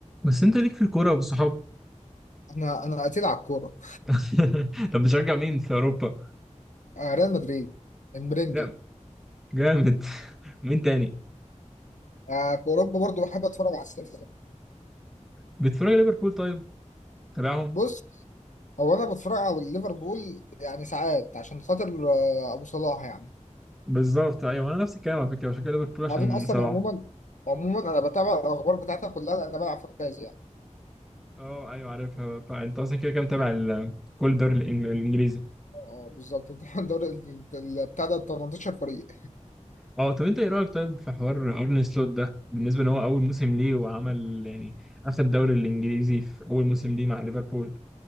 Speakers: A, in the centre; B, on the left.
A: بس انت ليك في الكوره والصحاب
B: انا انا قتيل على الكوره
A: <laughs> طب بتشجع مين في اوروبا
B: آه، ريال مدريد المرنجي
A: لا جامد <laughs> مين تاني
B: آه، في اوروبا برضو بحب اتفرج على السيتي
A: بتتفرج على ليفربول طيب تابعهم
B: بص هو انا بتفرج على ليفربول يعني ساعات عشان خاطر آه، ابو صلاح يعني
A: بالظبط ايوه انا نفس الكلام على فكره بشجع ليفربول
B: وبعدين
A: عشان
B: اصلا
A: صلاح
B: عموما عموما انا بتابع الاخبار بتاعتها كلها لان انا بلعب فانتازي يعني
A: اه ايوه عارفها فانت اصلا كده كده متابع ال- كل الدوري الإنج- الانجليزي
B: اه بالظبط <laughs> الدوري ال- ال- بتاع ده 18 فريق
A: اه طب انت ايه رايك طيب في حوار ارن سلوت ده بالنسبه ان هو اول موسم ليه وعمل يعني اخد الدوري الانجليزي في اول موسم ليه مع ليفربول